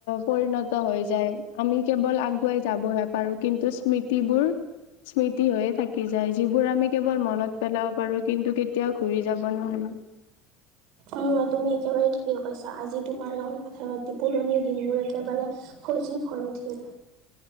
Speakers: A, on the left (about 75°); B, on the right (about 65°).
A: পৰিণত হৈ যায়। আমি কেৱল আগুৱাই যাবহে পাৰো কিন্তু স্মৃতিবোৰ স্মৃতি হৈয়ে থা কি যায় যিবোৰ আমি কেৱল মনত পেলাব পাৰো কিন্তু কেতিয়াও ঘুৰি যাব নোৱাৰো।
B: উম তুমি একেবাৰে ঠিকেই কৈছা, তোমাৰ লগত কথা পাতি পুৰণি দিনবোৰ একেবাৰে সজীৱ হৈ উঠিল।